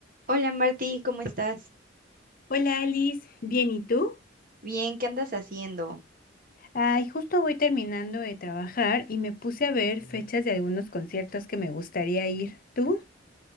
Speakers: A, on the right (about 50°); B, on the left (about 50°).
A: Hola Martí, ¿cómo estás?
B: Hola Alice, ¿bien y tú?
A: Bien, ¿qué andas haciendo?
B: Ay, justo voy terminando de trabajar y me puse a ver fechas de algunos conciertos que me gustaría ir. ¿Tú?